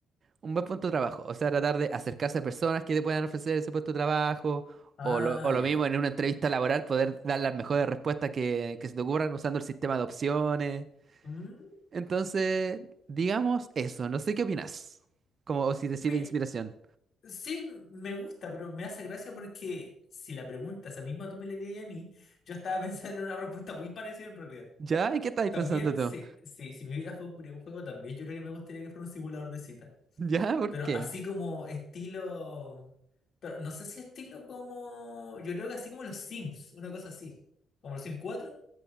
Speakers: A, on the right (about 45°); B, on the left (about 55°).
A: Un buen puesto de trabajo, o sea, tratar de acercarse a personas que te puedan ofrecer ese puesto de trabajo,
B: Ah,
A: o lo, o lo
B: ya.
A: mismo en una entrevista laboral, poder dar las mejores respuestas que, que se te ocurran usando el sistema de opciones.
B: Mm,
A: Entonces, digamos eso, no sé qué opinas, como o si te sirve
B: me-
A: de inspiración.
B: sí, me gusta, pero me hace gracia porque si la pregunta esa misma tú me la dirías a mí, yo estaba <laughs> pensando en una respuesta muy parecida en realidad.
A: ¿Ya? ¿Y qué estáis
B: También,
A: pensando tú?
B: sí, sí, si mi vida fue un videojuego, también yo creo que me gustaría que fuera un simulador de cita.
A: <laughs> ¿Ya? ¿Por
B: Pero
A: qué?
B: así como estilo... Pero no sé si estilo como... Yo creo que así como los Sims, una cosa así. Como los Sims 4.